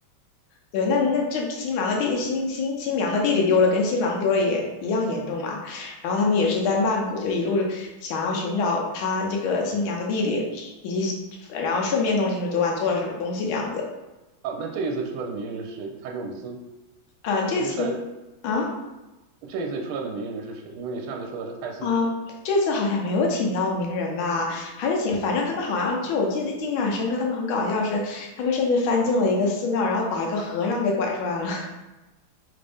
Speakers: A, on the left; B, on the right.
A: 对，那那这新郎的弟弟，新新新娘的弟弟丢了，跟新郎丢了也一样严重嘛。然后他们也是在曼谷就一路想要寻找他这个新娘的弟弟，以及然后顺便弄清楚昨晚做了什么东西这样子。
B: 啊，那这一次出来的名人是谁？泰格伍兹，
A: 啊，这次
B: 因为上
A: 啊
B: 这一次出来的名人是谁？因为你上次说的是泰森，
A: 啊，这次好像没有请到名人吧？还是请，反正他们好像就我记得印象很深刻，他们很搞笑是，他们甚至翻进了一个寺庙，然后把一个和尚给拐出来了。